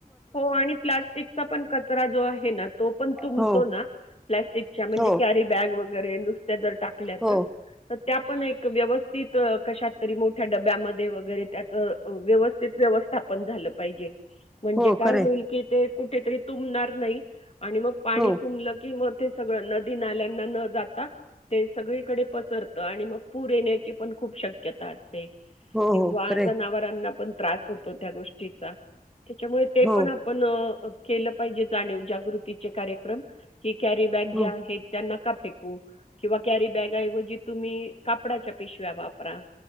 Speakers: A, on the left (about 40°); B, in the centre.
A: हो आणि प्लास्टिकचा पण कचरा जो आहे ना तो पण तुबतो
B: हो
A: ना प्लास्टिकच्या म्हणजे
B: हो
A: कॅरी बॅग वगैरे नुस्या जर टा <unintelligible>
B: हो
A: त्या पण एक व्यवस्थित कशात तरी मोठ्या डब्यामध्ये वगैरे त्याच व्यवस्थित व्यवस्थापन झालं पाहिजे. म्हणजे.
B: हो
A: काय
B: खरे
A: होईल की ते... कुठेतरी तुबणार नाही. आणि मग पाणी
B: हो
A: तुमलं की म. ते सगळं नदी नाल्यांना न जाता ते सगळीकडे पसरतं आणि मग पूर येण्याची पण खूप शक्यता असते.
B: हो
A: किंवा
B: हो खरे
A: जनावरांना पण... त होत त्या गोष्टी त्याच्या
B: हो
A: पण आपण केलं पाहिजे जाणीव ज ृतीचे कार्यक्रम की कॅरी बॅग
B: हो
A: ज्या आहेत त्यांना फेकू किंवा करी बॅग आहेव जी तुम्ही कापडाच्या पिशव्या वापरा